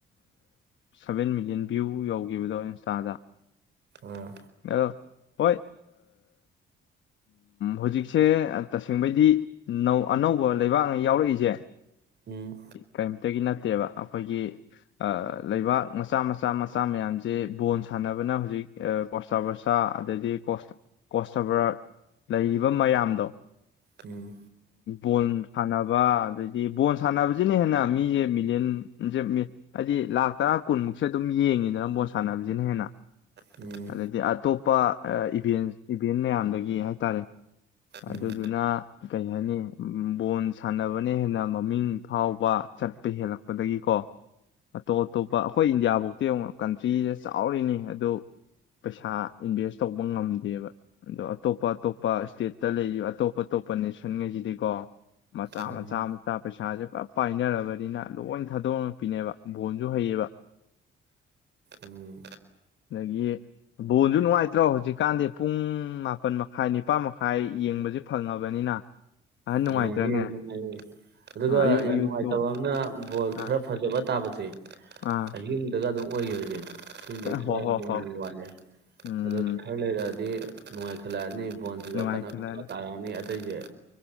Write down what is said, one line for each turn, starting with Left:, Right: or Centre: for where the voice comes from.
Left: ꯁꯚꯦꯟ ꯃꯤꯂꯤꯌꯟ ꯚ꯭ꯌꯨ ꯌꯧꯈꯤꯕꯗꯣ ꯏꯟꯁꯇꯥꯗ
Right: ꯑꯥ
Left: ꯑꯗꯣ ꯍꯣꯏ ꯍꯧꯖꯤꯛꯁꯦ ꯇꯁꯦꯡꯕꯩꯗꯤ ꯑꯅꯧꯕ ꯂꯩꯕꯥꯛꯅ ꯌꯥꯎꯔꯛꯏꯁꯦ
Right: ꯎꯝ
Left: ꯀꯔꯤꯝꯇꯒꯤ ꯅꯠꯇꯦꯕ ꯑꯩꯈꯣꯏꯒꯤ ꯂꯩꯕꯥꯛ ꯃꯆꯥ ꯃꯆꯥ ꯃꯆꯥ ꯃꯌꯥꯝꯁꯦ ꯕꯣꯜ ꯁꯥꯟꯅꯕꯅ ꯍꯧꯖꯤꯛ ꯀꯣꯁꯇꯕꯔꯁꯥ ꯑꯗꯩꯗꯤ ꯀꯣꯁꯇꯕꯔ ꯂꯩꯔꯤꯕ ꯃꯌꯥꯝꯗꯣ
Right: ꯎꯝ
Left: ꯕꯣꯜ ꯁꯥꯟꯅꯕ ꯑꯗꯩꯗꯤ ꯕ ꯁꯥꯟꯅꯕꯁꯤꯅ ꯍꯦꯟꯅ ꯃꯤꯁꯦ ꯃꯤꯂꯤꯌꯟꯁꯦ ꯍꯥꯏꯗꯤ ꯂꯥꯛ ꯇꯔꯥ ꯀꯨꯟꯃꯨꯛꯁꯦ ꯑꯗꯨꯝ ꯌꯦꯡꯉꯤꯗꯅ ꯕꯣꯜ ꯁꯥꯟꯅꯕꯁꯤꯅ ꯍꯦꯟꯅ
Right: ꯎꯝ
Left: ꯑꯗꯩꯗꯤ ꯑꯇꯣꯞꯄ ꯏꯚꯦꯟ ꯏꯚꯦꯟ ꯃꯌꯥꯝꯗꯒꯤ ꯍꯥꯏꯇꯥꯔꯦ ꯑꯗꯨꯗꯨꯅ
Right: ꯎꯝ
Left: ꯀꯩ ꯍꯥꯏꯅꯤ ꯕꯣꯜ ꯁꯥꯟꯅꯕꯅ ꯍꯦꯟꯅ ꯃꯃꯤꯡ ꯐꯥꯎꯕ ꯆꯠꯄ ꯍꯦꯜꯂꯛꯄꯗꯒꯤꯀꯣ ꯑꯇꯣꯞ ꯑꯇꯣꯞꯄ ꯑꯩꯈꯣꯏ ꯏꯟꯗꯤꯌꯥꯐꯧꯗꯤꯤ ꯌꯦꯡꯉ ꯀꯟꯇ꯭ꯔꯤꯗꯦ ꯆꯥꯎꯔꯤꯅꯤ ꯑꯗꯨ ꯄꯩꯁꯥ ꯏꯟꯚꯦꯁ ꯇꯧꯕ ꯉꯝꯗꯦꯕ ꯑꯗꯣ ꯑꯇꯣꯞ ꯑꯇꯣꯞꯄ ꯏꯁꯇꯦꯠꯇ ꯂꯩꯔꯤꯕ ꯑꯇꯣꯞ ꯑꯇꯣꯞꯄ ꯅꯦꯁꯟꯈꯩꯁꯤꯗꯤꯀꯣ ꯃꯆꯥ
Right: ꯑꯥ
Left: ꯃꯆꯥ ꯃꯆꯥ ꯄꯩꯁꯥꯁꯦ ꯄꯨꯔꯞ ꯄꯥꯏꯅꯔꯕꯅꯤꯅ ꯂꯣꯏ ꯊꯥꯗꯣꯛꯉꯛꯄꯤꯅꯦꯕ ꯕꯣꯟꯁꯨ ꯍꯩꯌꯦꯕ
Right: ꯎꯝ
Left: ꯑꯗꯒꯤ ꯕꯣꯟꯁꯨ ꯅꯨꯡꯉꯥꯏꯇ꯭ꯔꯣ ꯍꯧꯖꯤꯛꯀꯥꯟꯗꯤ ꯄꯨꯡ ꯃꯥꯄꯜ ꯃꯈꯥꯏ ꯅꯤꯄꯥꯜ ꯃꯈꯥꯏ ꯌꯦꯡꯕꯁꯦ ꯐꯪꯉꯕꯅꯤꯅ ꯑꯍꯟ ꯅꯨꯡꯉꯥꯏꯇ꯭ꯔꯅꯦ
Right: ꯅꯨꯡꯉꯥꯏꯌꯦ ꯅꯨꯡꯉꯥꯏꯌꯦ ꯑꯗꯨ ꯑꯗꯨꯒ
Left: ꯑꯥ ꯑꯌꯨꯛ
Right: ꯌꯥꯝ
Left: ꯑꯌꯨꯛꯁꯨ
Right: ꯅꯨꯡꯉꯥꯏꯇꯕ ꯑꯃꯅ ꯣꯜ
Left: ꯑꯥ
Right: ꯈꯔ ꯐꯖꯕ ꯀ ꯇꯕꯁ
Left: ꯑꯥ
Right: ꯑꯍꯇꯒ ꯑꯗꯨ ꯑꯣꯏ ꯍꯧꯁꯦ ꯏꯁꯤꯡꯗꯤ ꯈꯔ
Left: ꯍꯣꯏ ꯍꯣꯏ
Right: ꯃ
Left: ꯍꯣꯏ
Right: ꯋꯥꯠꯂꯦ
Left: ꯎꯝ
Right: ꯑꯗꯣ ꯈꯔ ꯂꯩꯔꯛꯑꯗꯤ ꯅꯅꯨꯡꯉ ꯈꯦꯂꯅꯤ ꯕꯣꯟꯈ
Left: ꯅꯨꯡꯉꯥꯏꯈꯠꯂꯛꯑꯅꯤ
Right: ꯇꯔꯅꯤ ꯏꯁꯩꯁꯦ